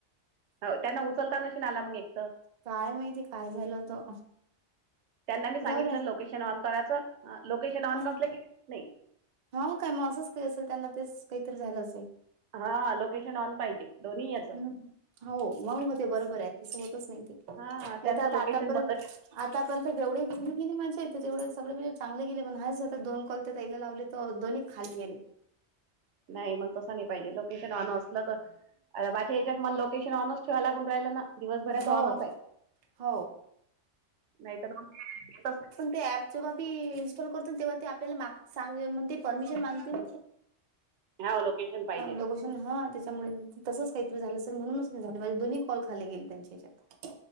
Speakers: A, on the right (about 80°); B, on the right (about 55°).
A: हो त्यांना उचलता नशीन आला मग एकत
B: काय माहिती काय झालं होतं.
A: त्यांना मी सांगितलं
B: जाऊ द्या
A: लोकेशन ऑन करायचं, लोकेशन
B: हो
A: ऑन
B: ना
A: नसलं की नाही
B: हो काय मग असंच काही असेल, त्यांना ते काहीतरी झाल असेल
A: हा लोकेशन ऑन पाहिजे दोन्ही याचं
B: हम्. हो, मग होते बरोबर आहे तसं होतच नाही ते नाही
A: हा त्यांचं
B: तर आता
A: लोकेशन
B: आतापर्यंत,
A: बंद असेल-
B: आता पर्यंत जेवढे गेले कणी माझे तेवढे सगळे म्हणजे चांगले गेले, पण हाय सध्या दोन कॉल त्या ताईला लावले त दोन्ही खाली गेले.
A: नाही मग तसं नाही पाहिजे. लोकेशन अ असलं तर अ, बाकी या्याच्यात मला लोकेशन ऑनच ठेवा लागून राहिल, ना दिवसभराच
B: हो
A: ऑनच आहे.
B: हो
A: नाहीत <unintelligible>
B: प जेव्हा मी इन्स्टॉल करतो, तेव्हा ते आपल्याला मागांग म्हणज. <unintelligible> परमिशन मागते ते
A: हो लोकेशन पाहिजेच.
B: लोकेशन त्यामुळे तसच काहीतरी झालं असेल म्हणून झालं माझे दोन्ही कॉल खाली गेले त्यांच्या हच्यात